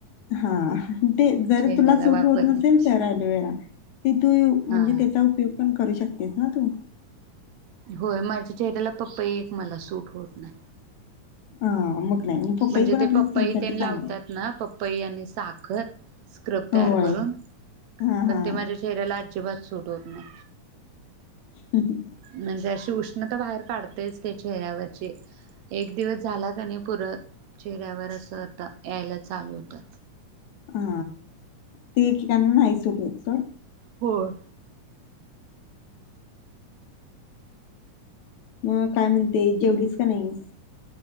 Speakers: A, on the left (about 70°); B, on the right (about 70°).
A: हा <inaudible> ते जर
B: चेहऱ्याला
A: तुला सूट
B: वापरण्यासाठी
A: होत नसेल तर अलोवेरा ते तु यू म्हणजे
B: हा.
A: त्याचा उपयोग पण करू शक तेच ना तु
B: होय माझ्या चेहऱ्याला पपई एक मला सूट होत नाही
A: हा मग नाही मग
B: म्हणजे
A: पपई पण
B: ते
A: आपल्या
B: पपई
A: स्किन साठी
B: तेन
A: चांगला
B: लावतात ना पपई आणि सा खर स्क्रब
A: आहे
B: तयार
A: होय
B: करून
A: हा
B: पण
A: हा
B: ते माझ्या चेहऱ्याला अजि अजिबात सूट होत नई
A: हम् हम
B: म्हणजे अशी उष्णता बाहेर काढतेच ते चेहऱ्यावरची एक दिवस झाला कणी पुरळ चेहऱ्यावर असं आता यायला चालू हुतं
A: हा ते एकेकांना नाही सूट होत सोड
B: होय
A: मग काय म्हणते जेवलीस का नाहीस?